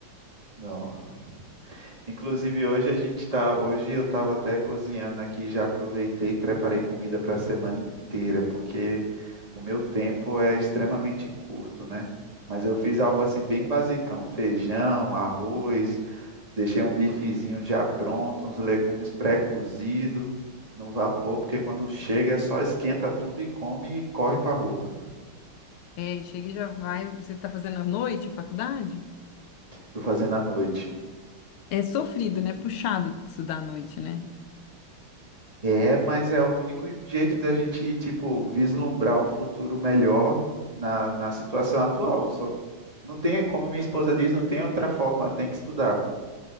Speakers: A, on the right (about 15°); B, on the left (about 85°).
A: Não, Inclusive hoje a gente tá, hoje eu estava até cozinhando aqui, já aproveitei e preparei comida para a semana inteira, porque o meu tempo é extremamente curto, né? Mas eu fiz algo assim bem basicão, feijão, arroz, deixei um bifezinho já pronto, uns legumes pré-cozidos no vapor, porque quando chega é só esquenta tudo e come e corre para rua.
B: É, chega e já vai. Você tá fazendo à noite a faculdade?
A: Tô fazendo à noite.
B: É sofrido, né? Puxado estudar à noite, né?
A: É, mas é o único jeito da gente, tipo, vislumbrar um futuro melhor na, na situação atual. Só- não tem, como minha esposa diz, não tem outra forma, tem que estudar.